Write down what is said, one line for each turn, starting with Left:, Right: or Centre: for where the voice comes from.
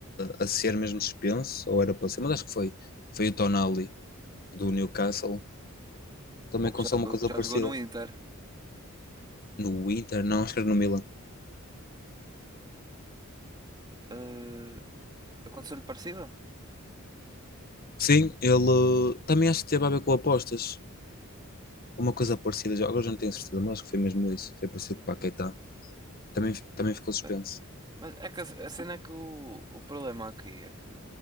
Left: a, a ser mesmo suspenso, ou era para ser, mas acho que foi. Foi o Tonali do Newcastle. Também
Right: O
Left: aconteceu
Right: que já,
Left: uma
Right: o
Left: coisa
Right: que
Left: parecida.
Right: já jogou no Inter.
Left: No Inter, não, acho que era no Milan.
Right: Eh, aconteceu-lhe parecido?
Left: Sim, ele eh, também acho que teve a ver com apostas. Uma coisa parecida, já- agora já não tenho certeza, mas acho que foi mesmo isso. Foi parecido com o Paquetá. Também, também ficou suspenso.
Right: Eh, Mas é que a, a cena é que o, o problema aqui é que